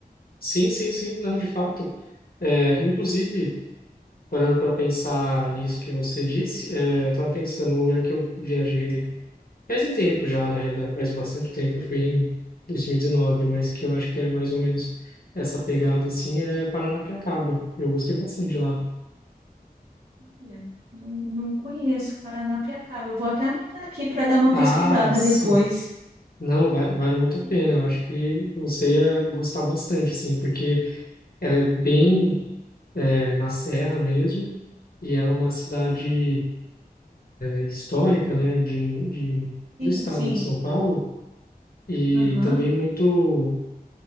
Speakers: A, on the left; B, on the right.
A: Sim, sim, sim, não, de fato. É, inclusive, parando para pensar nisso que você disse, é, eu estava pensando num lugar que eu viajei faz um tempo já, na realidade, faz bastante tempo, eu fui em 2019, mas que eu acho que é mais ou menos essa pegada assim, é Paranapiacaba. Eu gostei bastante de lá.
B: Olha, Não, não conheço Paranapiacaba. Eu vou até anotar aqui para dar uma
A: Ah,
B: pesquisada
A: sim.
B: depois.
A: Não, vale, vale muito
B: Que-
A: a pena.
B: gostoso.
A: Eu acho que você ia gostar bastante, sim, porque ela é bem, é, na serra mesmo, e ela é uma cidade. histórica, né, de, de, do
B: Sim,
A: estado
B: sim.
A: de São Paulo e
B: Aham.
A: também muito,